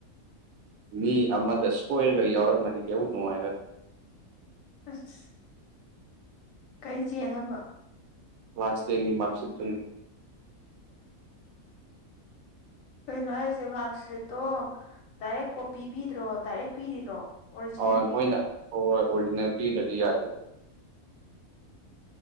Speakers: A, on the right (about 75°); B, on the left (about 70°).
A: ꯃꯤ ꯑꯃꯗ ꯁꯣꯏꯔꯒ ꯌꯥꯎꯔꯝꯃꯗꯤ <unintelligible> ꯅꯨꯡꯉꯥꯏ
B: ꯑꯁ ꯀꯩ ꯆꯦꯅꯣꯕ꯫
A: ꯀꯂ꯭ꯥꯁ ꯇꯦꯟꯒꯤ ꯃꯥꯔꯛꯁꯤꯠꯇꯨꯅꯤ
B: ꯀꯩꯅꯣ ꯍꯥꯏꯔꯤꯁꯦ ꯃꯥꯔꯛꯁꯤꯠꯇꯣ ꯗꯥꯏꯔꯦꯛ ꯀꯣꯄꯤ ꯄꯤꯗ꯭ꯔꯣ ꯗꯥꯏꯔꯦꯛ ꯄꯤꯔꯤꯔꯣ꯫ ꯑꯣꯔꯤꯖꯤꯅꯦꯜ
A: ꯑꯣꯢ
B: ꯄꯤꯔꯤꯔꯣ
A: ꯃꯣꯏꯅ ꯑꯣꯢ ꯑꯣꯔꯤꯖꯤꯅꯦꯜ ꯄꯤꯗ꯭ꯔꯗꯤ ꯌꯥꯗꯦ